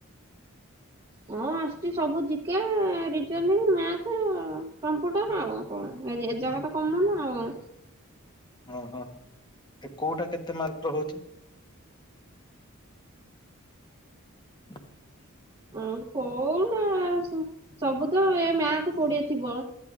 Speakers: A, on the right; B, on the left.
A: ହଁ ଆସୁଚି ସବୁ ଜିକେ ରିଜୋନିଂ ମ୍ୟାଥ୍ କମ୍ପ୍ୟୁଟର ଆଉ। କଣ ଏ ଏଜାଗା ତ କମନ ଆଉ।
B: ଓହୋ ଏ କୋଉଟା କେତେ ମାର୍କର ହଉଚି? <inaudible>
A: ହଁ କୋଉଟା ସବୁ ତ ଏ ମ୍ୟାଥ କୋଡିଏ ଥିବ।